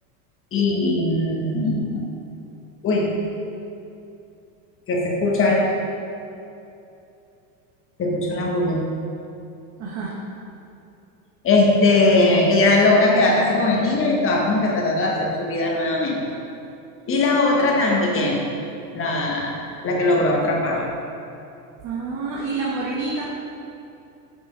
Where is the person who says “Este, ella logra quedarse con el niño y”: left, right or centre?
Left